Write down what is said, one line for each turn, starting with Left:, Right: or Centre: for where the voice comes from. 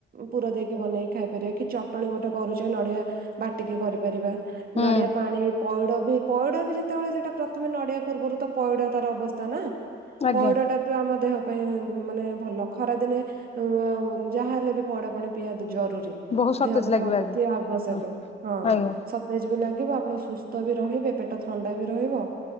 Right: ପୁର ଦେଇକି ବନେଇକି ଖାଇ ପାରିବା କି ଚଟଣୀ ଗୋଟେ କରୁଚେ ନଡିଆ ବାଟିକି କରିପାରିବା
Left: ହୁଁ।
Right: ନଡିଆ ପାଣି ପଉଡ ବି ପଇଡ ବି ଯେତେବେଳେ ସେଇଟା ପ୍ରଥମେ ନଡିଆ ପୂର୍ବରୁ ତ ପଇଡ ତାର ଅବସ୍ଥା ନା
Left: ଆଜ୍ଞା
Right: ପଇଡ ଟା ଆମ ଦେହ ପାଇଁ ମାନେ ଭଲ ଖରା ଦିନେ ମ ଯାହାହଲେ ବି ପଇଡ ପାଣି ପିଇବା ଜରୁରୀ
Left: ବହୁତ ସତେଜ
Right: ଦେହ ପାଇଁ
Left: ଲାଗିବ
Right: ଅତି
Left: ଆଜ୍ଞା
Right: ଆବଶ୍ୟକ
Left: ହଁ।
Right: ହଁ
Left: ଆଜ୍ଞା
Right: -ସ ସତେଜ୍ ବି ଲାଗିବ ଆପଣ ସୁସ୍ଥ ବି ରହିବେ ପେ ପେଟ ଥଣ୍ଡା ବି ରହିବ